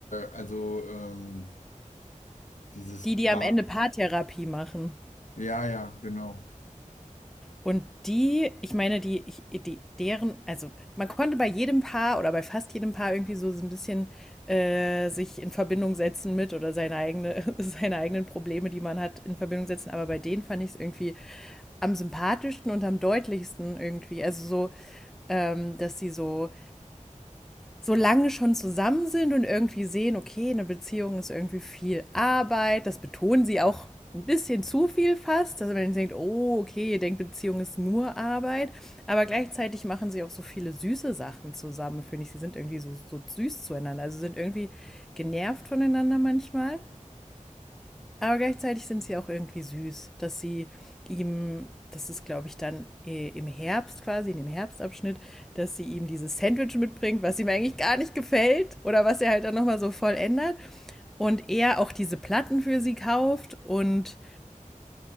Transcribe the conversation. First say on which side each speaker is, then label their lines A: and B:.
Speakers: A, on the left (about 65°); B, in the centre.
A: also ähm, dieses
B: Die,
A: Paar.
B: die am Ende Paartherapie machen.
A: Ja, ja, genau.
B: Und die, ich meine, die, die, deren, also man konnte bei jedem Paar oder bei fast jedem Paar irgendwie so so ein bisschen äh, sich in Verbindung setzen mit oder seine eigene, <laughs> seine eigenen Probleme, die man hat, in Verbindung setzen. Aber bei denen fand ich es irgendwie am sympathischsten und am deutlichsten irgendwie. Also so, ähm, dass sie so solange schon zusammen sind und irgendwie sehen, okay, eine Beziehung ist irgendwie viel Arbeit, das betonen sie auch ein bisschen zu viel fast, dass man denkt, oh, okay, ihr denkt, Beziehung ist nur Arbeit, aber gleichzeitig machen sie auch so viele süße Sachen zusammen, finde ich. Sie sind irgendwie so, so süß zueinander, also sind irgendwie genervt voneinander manchmal. Aber gleichzeitig sind sie auch irgendwie süß, dass sie ihm, das ist glaube ich dann äh, im Herbst quasi, in dem Herbstabschnitt, dass sie ihm dieses Sandwich mitbringt, was ihm eigentlich gar nicht gefällt oder was er halt dann nochmal so voll ändert. Und er auch diese Platten für sie kauft und